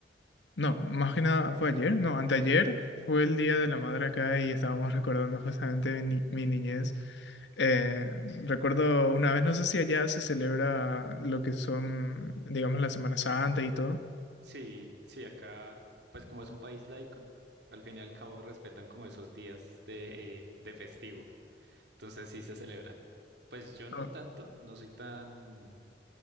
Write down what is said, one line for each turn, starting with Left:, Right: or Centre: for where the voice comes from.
Left: no, más que nada fue ayer, no, anteayer fue el Día de la Madre acá y estábamos recordando justamente mi, ni- mi niñez. Eh, recuerdo una vez, no sé si allá se celebra lo que son, digamos, la Semana Santa y todo.
Right: Sí, sí, acá, pues como es un país laico, al fin y al cabo respetan como esos días de, <laughs> de festivo. Entonces sí se celebra. Pues yo no
Left: O-
Right: tanto, no soy tan